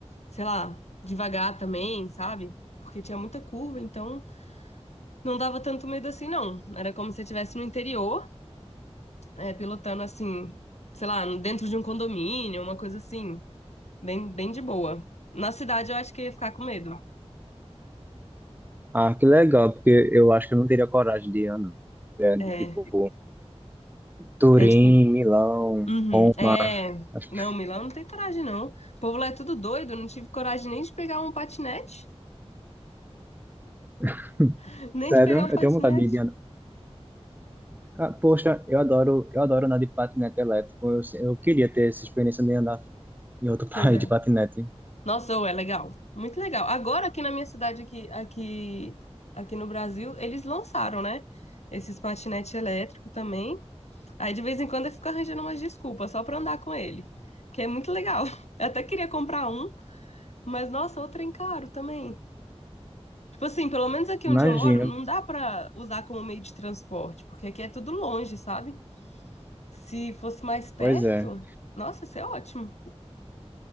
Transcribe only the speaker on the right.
Ah, que legal, porque eu acho que eu não teria coragem de andar né, de
tipo Turim,
Milão,
Roma.
Acho
que,
<laughs>
sério,
eu tenho vontade de de andar. Ca- Poxa, eu adoro, eu adoro andar de patinete elétrico. Eu, eu queria ter essa experiência de andar em outro <laughs> país
de patinete.
Imagina.
Pois é.